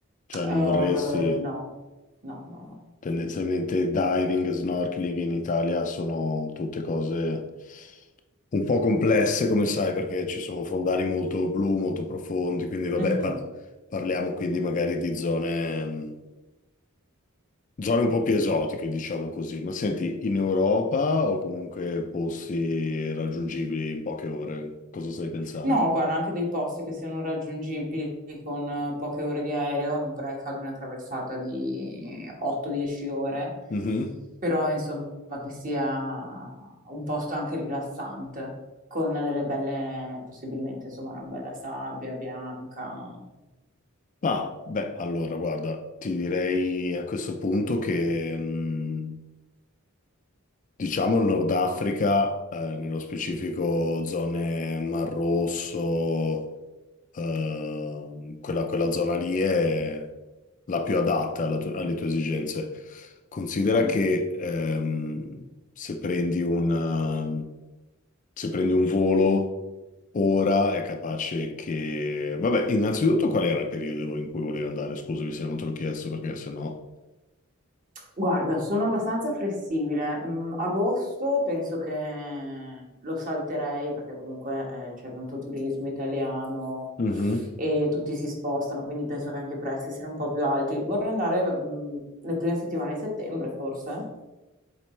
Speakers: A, on the left; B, on the right.
A: cioè non
B: Eh,
A: vorresti
B: no, no, no, no.
A: tendenzialmente diving e snorkeling in Italia sono tutte cose un po' complesse, come sai, perché ci sono fondali molto blu, molto profondi, quindi vabbè,
B: Mhm.
A: par- parliamo quindi magari di zone, mh, zone un po' più esotiche, diciamo così. Ma senti, in Europa o comunque posti raggiungibili in poche ore, cosa stai pensando?
B: No, guarda, anche dei posti che siano raggiungibili con eh, poche ore di aereo, non vorrei farmi una traversata di 8-10 ore,
A: Mhm.
B: però insomma che sia un posto anche rilassante, con delle belle, possibilmente insomma una bella sabbia bianca.
A: Ah, beh, allora guarda, ti direi a questo punto che mh, diciamo il Nord Africa, eh, nello specifico zone Mar Rosso, Ehm, quella, quella zona lì è la più adatta alla tu- alle tue esigenze. Considera
B: Mm.
A: che ehm, se prendi una, se prendi un volo ora è capace che... Vabbè, innanzitutto qual era il periodo in cui volevi andare? Scusami se non te l'ho chiesto perché sennò...
B: Guarda, sono abbastanza flessibile. Mm, agosto penso che lo salterei perché comunque eh, c'è tanto turismo italiano
A: Mhm.
B: e tutti si spostano, quindi penso che anche i prezzi siano un po' più alti. Vorrei andare mm, le prime settimane di settembre, forse.